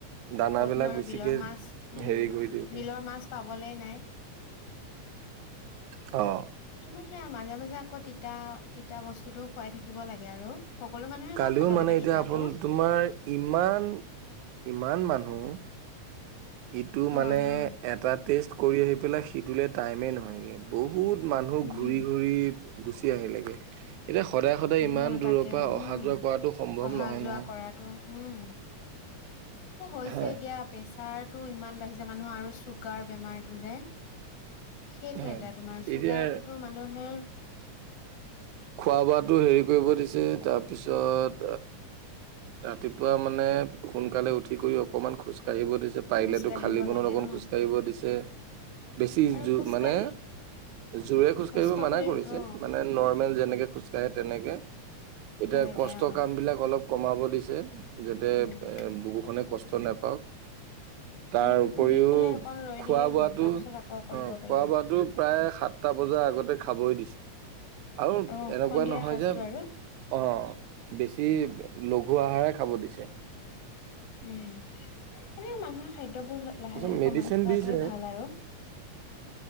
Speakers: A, on the right; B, on the left.
A: দানাবিলাক
B: ক'তনো আৰু
A: বেছিকে
B: বিলৰ মাছ, উম!
A: হেৰি কৰি দিওঁ
B: বিলৰ মাছ পাবলে নাই। <inaudible>
A: অ'!
B: তোমাৰ সেয়া, মাজে-মাজে আকৌ, তিতা-তিতা বস্তুটো খুৱাই থাকিব লাগে আৰু। সকলো মানুহে
A: কালিও
B: বাৰু খাব
A: মানে,
B: লাগে
A: এতিয়া
B: তিতাটো
A: আপোন, তোমাৰ ইমান, ইমান মানুহ! ইটো
B: হয়
A: মানে,
B: অ
A: এটা টেষ্ট কৰি আহি পেলাই, সিটোলে টাইমে নহয়গে। বহুত মানুহ,
B: উম
A: ঘূৰি-ঘূৰি গুচি আহিলেগে। এতিয়া, সদায় সদায় ইমান
B: উম!
A: দূৰৰ
B: তাকে,
A: পৰা অহা
B: উম!
A: যোৱা কৰাটো সম্ভৱ
B: অহা-যোৱা
A: নহয় নহয়।
B: কৰাটো, উম। এ, হৈছে
A: হয়
B: এতিয়া, প্ৰেছাৰ টো ইমান বাঢ়িছে! মানুহ আৰু চুগাৰ বেমাৰটো যে। সেইটোৱে,
A: হয়
B: এতিয়া তোমাৰ,
A: এতিয়া
B: চুগাৰটোতো মানুহে,
A: খোৱা-বোৱাতো সেৰি কৰিব দিছে। তাৰপিছত, ৰাতিপুৱা মানে, সোনকালে উঠি কৰি, অকমান খোজ কাঢ়িব দিছে, পাৰিলেতো
B: খোজ কাঢ়িব
A: খালী বনত
B: লাগে
A: অকণ
B: অ
A: খোজকাঢ়িব দিছে। বেছি
B: আৰু খোজকাঢ়ি
A: মানে, জোৰে খোজকাঢ়িব
B: কষ্ট
A: মানা
B: কৰি
A: কৰিছে
B: অ
A: মানে নৰ্মেল যেনেকে খোজকাঢ়ে তেনেকে। এতিয়া
B: তেনেকে
A: কষ্ট
B: অ
A: কাম বিলাক অলপ। কমাব দিছে যাতে
B: উম
A: এ বুকুখনে কষ্ট নেপাওক। তাৰ
B: মানে বুকু
A: উপৰিও
B: বিষ হলে অকন ৰৈ
A: খোৱা
B: দিলেই
A: বোৱাতটো
B: হ'ল তাৰ পিছত আকৌ কৰিব
A: অ
B: পাৰিব
A: খোৱা বোৱাটো প্ৰায় সাতটা বজাৰ আগতে খাবই দিছে। আৰু
B: অ
A: এনেকুৱা
B: সন্ধিয়া
A: নহয়
B: সাজটো
A: যে
B: আৰু
A: অ বেছি লঘু আহাৰেই খাব দিছে।
B: উম এনেও মানুহৰ খাদ্য দ্য বোৰ লাহে
A: তাৰপিছত
B: লাহে
A: মেডিচিন
B: কমাই খোৱাটোৱে
A: দিছে
B: ভাল আৰু।